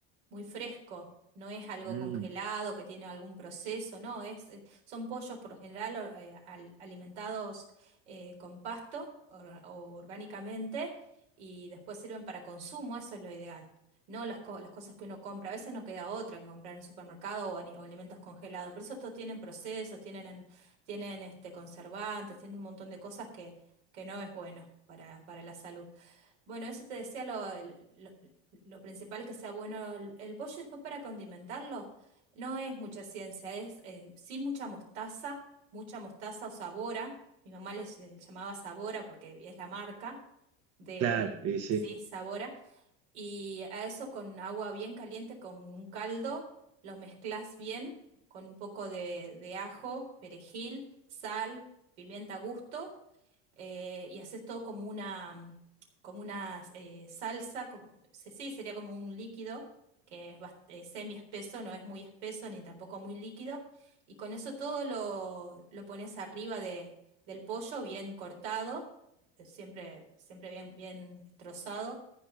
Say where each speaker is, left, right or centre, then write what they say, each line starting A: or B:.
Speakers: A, on the right (about 85°); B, on the right (about 50°).
A: muy fresco. No es algo
B: Mm,
A: congelado que tiene algún proceso, no, es, eh, son pollos por lo general o- eh, al- alimentados eh, con pasto or- o orgánicamente y después sirven para consumo, eso es lo ideal no las, co- las cosas que uno compra. A veces no queda otra que comprar en supermercado o, ani- o alimentos congelados, pero esos todos tienen procesos, tienen, en- tienen este, conservantes, tienen un montón de cosas que, que no es bueno para, para la salud. Bueno, eso te decía lo, el- lo, lo principal que sea bueno el, el pollo. Después para condimentarlo, no es mucha ciencia, es eh, sí mucha mostaza, mucha mostaza o sabora. Mi mamá les, les llamaba sabora porque es la marca de,
B: claro, y sí.
A: sí, sabora y a eso con agua bien caliente, con un caldo, lo mezclas bien, con un poco de, de ajo, perejil, sal, pimienta a gusto, eh, y haces todo como una, mm, como una eh, salsa, como, se- sí, sería como un líquido que es bast- eh, semi espeso, no es muy espeso ni tampoco muy líquido, y con eso todo lo, lo pones arriba de, del pollo bien cortado, eh, siempre, siempre bien, bien trozado